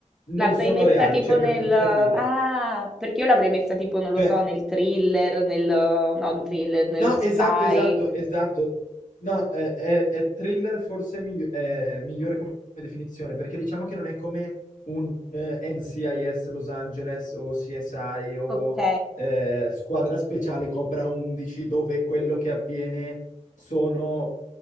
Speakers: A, on the left; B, in the centre.
A: non
B: L'avrei
A: sono
B: messa
A: reali,
B: tipo
A: cioè
B: nel...
A: per farti
B: Ah,
A: capire.
B: perché io l'avrei messa tipo, non lo
A: Cioè,
B: so, nel thriller, nel... no, il thriller, nello
A: No,
B: spy.
A: esatto, esatto, esatto. No, è, è- è thriller forse migli- è migliore come definizione, perché diciamo che non è come un eh, NCIS Los Angeles o CSI o
B: Ok.
A: eh, squadra speciale Cobra 11, dove quello che avviene sono